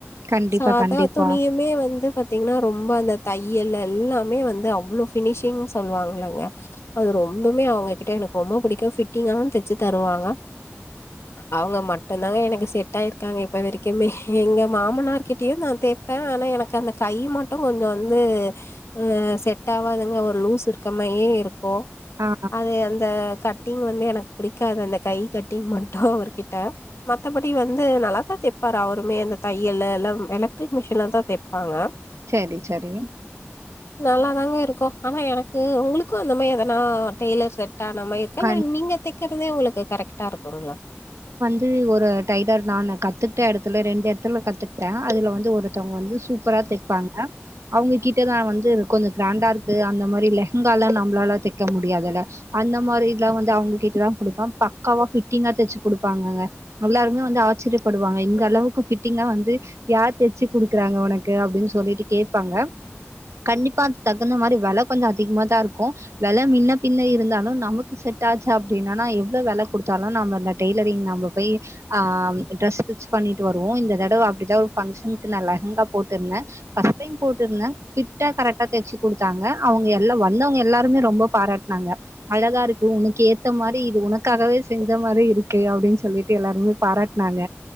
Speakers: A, on the right; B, on the left.
A: கண்டிப்பா
B: சாதா
A: கண்டிப்பா
B: துணியுமே வந்து பாத்தீங்னா ரொம்ப அந்த தையல் எல்லாமே வந்து அவ்ளோ ஃபினிஷிங்ன் சொல்வாங்களங்க அது ரொம்பமே அவ்ங்கக்கிட்ட எனக்கு ரொம்ப புடிக்கு ஃபிட்டிங்காவு தெச்சு தருவாங்க அவ்ங்க மட்டுந்தாங்க எனக்கு செட் ஆயிருக்காங்க இப்ப வரைக்குமே எங்க மாமனார் கிட் கே நா தேப்ப ஆனா எனக்கு அந்த கை மட்டு கொஞ்சொ வந்து ஆ செட் ஆவாதுங்க ஒரு லூஸ் இருக்கமயே இருக் கு
A: ஆ
B: அது அந்த கட் டிங் வந்து எனக்கு புடிக்காது அந்த கை கட்டிங் மட்டு அவர் கிட் ட மத்தப்படி வந்து நல்லா தா தெப்பாரு அவருமே அந்த தையலு எல்லா எலக்ட்ரிக் மிஷின்ல தா தெப்பாங்க
A: செரி சரி
B: நல்லாதாங்க இருக்கு ஆனா எனக்கு உங்களுக்கு அந்த மாயி எதனா டெய்லர் செட் டான மாயி இருக்கா
A: கண்
B: இல்ல நீங்க தெக்கிறதே உங்களுக்கு கரெக்ட்டா இருக்குங்களா
A: து ஒரு டைளர் நானு கத்துக்ட்ட எடத்துல ரெண்டு எட்த்துல கத்துக்ட்ட அதுல வந்து ஒரு த்தங்க வந்து சூப்பரா தெப்பாங்க அவ்ங்கக்கிட்ட நா வந்து கொஞ்சொ க்ராண்டா இருக்கு அந்த மாரி லெஹங்காலா நம்ளால தெக்க முடியாதுல்ல அந்த மாரிலா வந்து அவ்ங்ககிட்ட தா குடுப்ப பக்காவா ஃபிட்டிங்கா தெச்சு குடுப்பாங்கங்க எல்லாருமே வந்து ஆச்சிரியப்படுவாங்க இந்த அளவுக்கு ஃபிட்டிங்கா வந்து யார் தெச்சு குடுக்குறாங்க ஒனக்கு அப்டின் சொல்லிட்டு கேப்பாங்க கண்டிப்பா அதுக் தகுந்த மாரி வெல கொஞ்சொ அதிக்மாதா இருக்கு வெல மின்னப் பின்ன இருந்தாலு நமக்கு செட் ஆச்சா அப்டின்னானா எவ்ளோவ் வெல குடுத்தாலு நம்ம அந்த டெய்லரிங் நம்ம போய் ஆ ட்ரெஸ் ஸ்டிச் பண்ணிட்டு வருவோ இந்த தடவ அப்டிதா ஒரு ஃபங்க்ஷனுக்கு நா லெஹங்கா போட்டுர்ந்த ஃபஸ் டைம் போட்ருந்த ஃபிட்டா கரெக்ட்டா தெச்சு குடுத்தாங்க அவங்க எல்லா வந்தவங்க எல்லாருமே ரொம்ப பாராட்னாங்க அழகா இருக்கு உனக்கு ஏத்த மாரி இது உனக்காகவே செஞ்ச மாரி இருக்கு அப்டின் சொல்லிட்டு எல்லாருமே பாராட்னாங்க